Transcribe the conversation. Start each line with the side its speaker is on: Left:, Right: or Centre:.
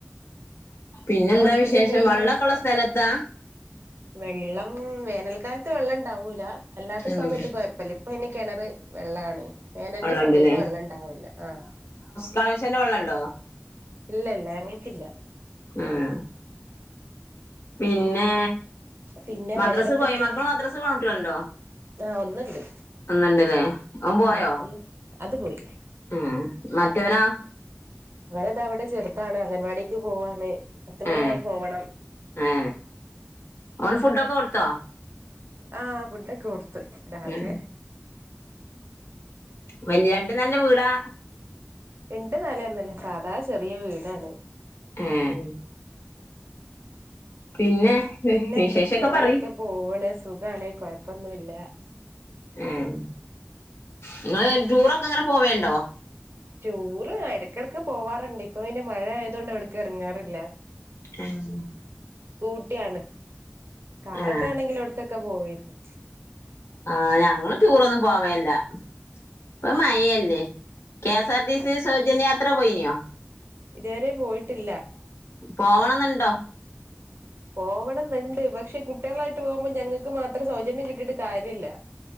Left: പിന്നെന്താ
Right: നിങ്ങളെ ഹസ്ബൻഡ്
Left: വിശേഷം
Right: എന്താ ചെയ്യണേ
Left: വള്ളക്കെളള സ്ഥലത്താ
Right: വെള്ളം വേനൽക്കാലത്ത് വെള്ളം ഇണ്ടാവൂല അല്ലാത്ത
Left: ഉം
Right: സമയത്ത്യം കൊഴ ഇപ്പ ഇപ്പയ്ന് ക്കിണറ് വെള്ളാണ് വേനല്ല
Left: വള്ളണ്ട്ല്ലേ
Right: സമയത്ത് വെള്ളണ്ടാവില്ല ആഹ്
Left: കളേശന്റെ വെള്ളംണ്ടോ
Right: ഇല്ലല്ല ഞങ്ങക്കില്ല
Left: ആഹ് പിന്നെ
Right: പിന്നെ
Left: മദ്രാസ്
Right: വേറെന്തൊക്കെ
Left: പോയ മക്കള് മദ്രാസ് പോണ കുട്ട്യാളുണ്ടോ
Right: ആഹ് ഒന്നുണ്ട്
Left: ഒന്നുണ്ട്ല്ലേ അവൻ പോയോ
Right: ആഹ് ഒന്ന് അത് പോയി
Left: ഉം മറ്റവനാ?
Right: അവനത അവിടെ ചെറുതാണ് അംഗൻവാടിക്ക് പോവാണ് പത്ത്
Left: ഏ
Right: മണിയായ പോകണം.
Left: ഏ അവന് ഫുഡൊക്കെ കൊടുത്തോ?
Right: ആഹ് ഫുഡൊക്കെ കൊടുത്ത് രാവിലെ
Left: ഉം വല്യ രണ്ട് നെലഞ്ഞ വീടാ.
Right: രണ്ട് നെലന്നല്ല സാധാ ചെറിയ വീടാണ്.
Left: ഏഹ് പിന്നെ.
Right: പിന്നെ
Left: വിശേഷൊക്കെ
Right: എന്തൊക്കെയാ അങ്ങനെയൊക്കെ
Left: പറി
Right: പോവണ് സുഖണ് കൊഴപ്പൊന്നുല്ല
Left: ഉം നിങ്ങള് ടൂറൊക്കെ എങ്ങനെ പോവേണ്ടോ.
Right: ടൂറ് എടക്കിടക്ക് പോവാറുണ്ട് ഇപ്പൊ പിന്നെ മഴ ആയതുകൊണ്ട് എവിട്ക്ക് ഇറങ്ങാറില്ല.
Left: എഹ്
Right: സ്കൂട്ടിയാണ് കാറൊക്കെ
Left: ആ
Right: ആണെങ്കിൽ എവിടക്കൊക്കെ പോവായിരുന്നു.
Left: ആഹ് ഞങ്ങള് ടൂറൊന്നും പോവേല്ല ഇപ്പ മഴയല്ലേ. കെ സാർ ടി
Right: അത്
Left: സി സൗജന്യയാത്ര പോയിനിയോ?
Right: ഇതുവരെ പോയിട്ടില്ല.
Left: പോവണെന്നുണ്ടോ.
Right: പോവണന്നുണ്ട് പക്ഷെ കുട്ടികളായിട്ട് പോകുമ്പോ ഞങ്ങക്ക് മാത്രം സൗജന്യം കിട്ടിട്ട് കാര്യല്ല.